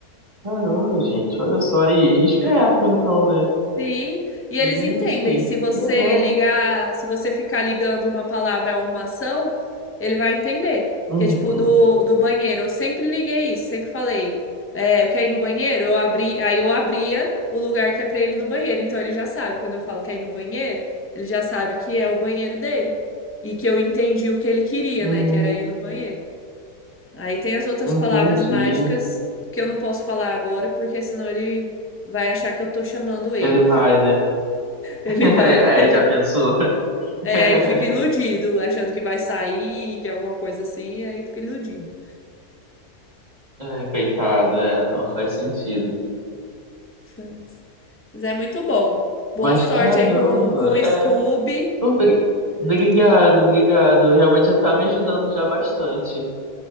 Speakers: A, on the right; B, on the left.
A: caramba, gente. Olha só. E esperto,
B: É.
A: então, né?
B: Sim, e eles
A: Gente,
B: entendem. Se você
A: que legal.
B: ligar, se você ficar ligando uma palavra a uma ação, ele vai entender.
A: Uhum.
B: Que é tipo do, do banheiro. Eu sempre liguei isso, sempre falei. É, quer ir no banheiro? Eu abri, aí eu abria o lugar que é pra ele ir no banheiro. Então ele já sabe. Quando eu falo quer ir no banheiro, ele já sabe que é o banheiro dele. E que eu entendi o que ele queria,
A: Hum,
B: né? Que era ir no banheiro. Aí tem as outras
A: entendi.
B: palavras mágicas que eu não posso falar agora, porque senão ele vai achar que eu tô chamando ele.
A: Ele vai, né?
B: Ele
A: <laughs>
B: vai.
A: Aí
B: <laughs>
A: já pensou. <laughs>
B: É, ele fica iludido, achando que vai sair, que é alguma coisa assim, aí fica iludido.
A: Ah, coitado, é, não faz sentido.
B: Mas, mas é muito bom. Boa
A: Mas
B: sorte
A: caramba,
B: aí com, com o
A: é,
B: Scooby,
A: Obri- Obrigado, obrigado. Realmente já tá me ajudando já bastante.